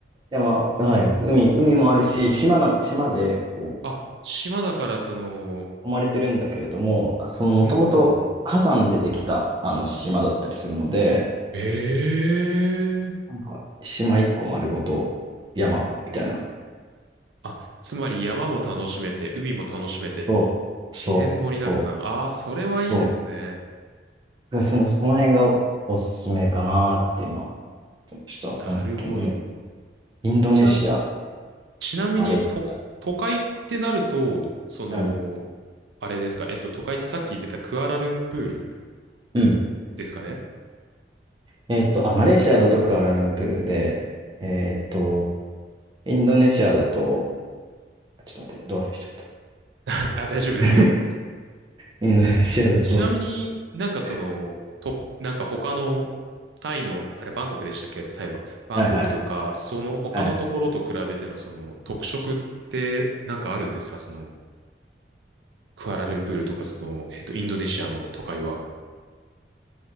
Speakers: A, on the right; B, on the right.
A: 山、はい、海、海もあるし、島な、島で、こ
B: あ、島だからその、
A: う、囲まれてるんだけれども、その、もともと火山でできた、
B: うんうんうん。
A: あの、島だったりするので、
B: ええ
A: なんか、島一個丸ごと山みたいな。
B: あ、つまり山も楽しめて、海も楽しめて、
A: そう、
B: 自然盛りだくさん。
A: そう、そう、
B: ああ、それはいいですね。
A: そう。がその、その辺がお、おすすめかなって今、言ってました。
B: なるほど。
A: えっと、うん。インドネシア、
B: じゃあ、ちなみに、
A: マレーシア。
B: と、都会ってなると、その、
A: うん。
B: あれですか、えっと、都会ってさっき言ってたクアラルンプール
A: うん。
B: ですかね
A: えっと、あ、マレーシアだとクアラルンプールで、えっと、インドネシアだと、あちょっと待って、どう忘れしちゃった。
B: <laughs> あ、大丈夫ですよ。
A: <laughs> インドネシアだと、
B: ちなみになんかその、
A: はい
B: と、なんか他のタイの、あれバンコクでしたっけタイは。バンコクとか、
A: はい。
B: その他のところと比べてのその特色ってなんかあるんですかその、
A: はい
B: クアラルンプールとかその、えっと、インドネシアの都会は。